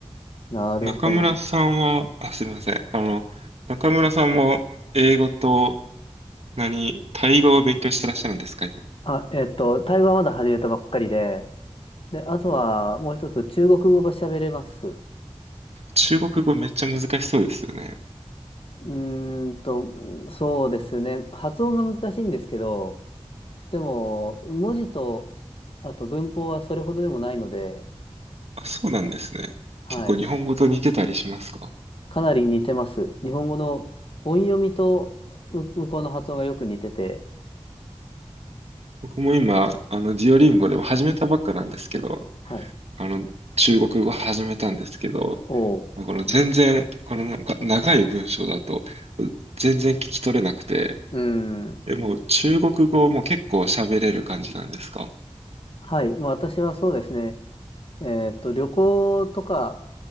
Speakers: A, on the left; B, on the right.
A: なるほど。
B: 中村さんは、あ、すみません。あの、中村さんも、英語と、何、タイ語を勉強してらっしゃるんですか、今。
A: あ、えっと、タイ語はまだ始めたばっかりで、で、あとはもう一つ、中国語が喋れます。
B: 中国語めっちゃ難しそうですよね。
A: うーんと、そうですね。発音が難しいんですけど、でも、文字と、あと文法はそれほどでもないので、
B: あ、そうなんですね。
A: はい。
B: 結構日本語と似てたりしますか
A: かなり似てます。日本語の音読みとむ向こうの発音がよく似てて、
B: 僕も今、あの、デュオリンゴでも始めたばっかなんですけど、
A: はい。
B: あの、中国語始めたんですけど、
A: おう。
B: この全然、このなんか長い文章だと全然聞き取れなくて、
A: うーん。
B: え、もう中国語も結構喋れる感じなんですか
A: はい。まあ、私はそうですね。えっと、旅行とか、